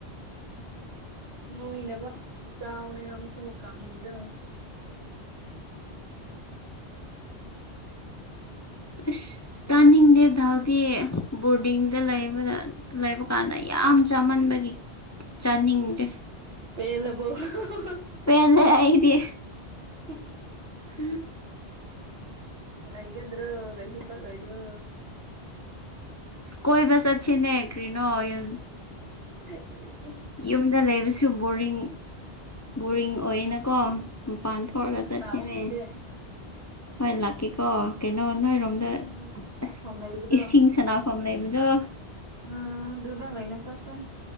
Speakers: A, on the right (about 65°); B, on the left (about 20°).
A: ꯅꯣꯏꯅꯕ ꯆꯥꯎꯅꯦ ꯅꯪꯁꯨ ꯀꯥꯡꯉꯤꯗꯣ
B: ꯑꯁ ꯆꯥꯅꯤꯡꯗꯦꯗꯥꯜꯗꯤ ꯕꯣꯔꯗꯤꯡꯗ ꯂꯩꯕꯗ ꯂꯩꯕ ꯀꯥꯟꯗ ꯌꯥꯝ ꯆꯥꯃꯟꯕꯒꯤ ꯆꯥꯅꯤꯡꯗ꯭ꯔꯦ
A: ꯄꯦꯜꯂꯕꯣ ꯍꯥ ꯍꯥ ꯍꯥ
B: ꯄꯦꯜꯂꯦ ꯑꯩꯗꯤ
A: <unintelligible>
B: ꯍꯝ
A: ꯂꯩꯒꯗ꯭ꯔꯣ ꯀꯩꯁꯨ ꯆꯥꯠꯂꯣꯏꯗ꯭ꯔꯣ
B: ꯀꯣꯏꯕ ꯆꯠꯁꯤꯅꯦ ꯀꯔꯤꯅꯣ ꯌꯨꯟꯁ
A: ꯍꯩ
B: ꯌꯨꯝꯗ ꯂꯩꯕꯁꯨ ꯕꯣꯔꯤꯡ ꯕꯣꯔꯤꯡ ꯑꯣꯏꯌꯦꯅꯀꯣ ꯃꯄꯥꯟ
A: ꯑꯩꯈꯣꯏꯔꯣꯝꯗ
B: ꯊꯣꯛꯔꯒ ꯆꯠꯁꯤꯅꯦ
A: ꯂꯥꯛꯑꯣ ꯑꯗꯨꯗꯤ
B: ꯍꯣꯏ ꯂꯥꯛꯀꯦꯀꯣ ꯀꯩꯅꯣ ꯅꯣꯏꯔꯣꯝꯗ
A: ꯏꯁꯤꯡ ꯁꯥꯟꯅꯐꯝ
B: ꯑꯁ
A: ꯂꯩꯕꯗꯣ
B: ꯏꯁꯤꯡ ꯁꯥꯅ ꯐꯝ ꯂꯩꯕꯗꯣ
A: ꯑꯥ ꯑꯗꯨꯗ ꯑꯣꯏꯅ ꯆꯥꯠꯁꯦ